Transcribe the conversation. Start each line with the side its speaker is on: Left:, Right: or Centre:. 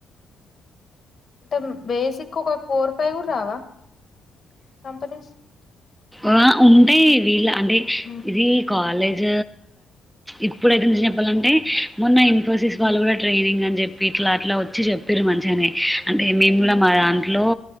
Left: అంటే బేసిక్ ఒక ఫోర్ ఫైవ్ రావా కంపెనీస్
Centre: ఆ ఉంటే వీలా అంటే
Left: మ్మ్
Centre: ఇది కాలేజ్ ఇప్పుడుఐతే చెప్పాలంటే మొన్న ఇన్ఫోసిస్ వాళ్ళు కూడా ట్రైనింగ్ అని చెప్పి ఇట్లా అట్లా వచ్చి చెప్పిరు మంచిగానే అంటే మేము కూడా మ లో